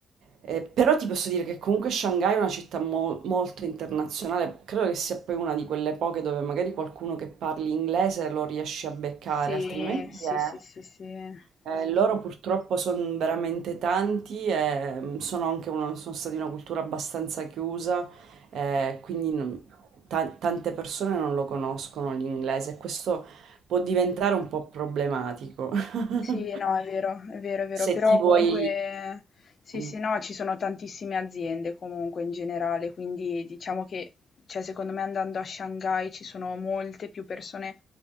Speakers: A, on the right; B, on the left.
A: e però ti posso dire che comunque Shanghai è una città mo molto internazionale, credo che sia poi una di quelle poche dove magari qualcuno che parli inglese lo riesci a beccare,
B: Sì,
A: altrimenti
B: sì,
A: è
B: sì, sì, sì. Sì, sì.
A: eh, loro purtroppo sono veramente tanti e mm, sono anche una, sono stati una cultura abbastanza chiusa, eh, quindi non- ta- tante persone non lo conoscono l'inglese e questo può diventare un po' problematico. <laughs>
B: Sì, no, è vero, è vero, è vero,
A: Se
B: però
A: ti
B: comunque
A: vuoi...
B: sì,
A: Mm,
B: sì, no, ci sono tantissime aziende comunque in generale, quindi diciamo che, cioè secondo me andando a Shanghai ci sono molte più persone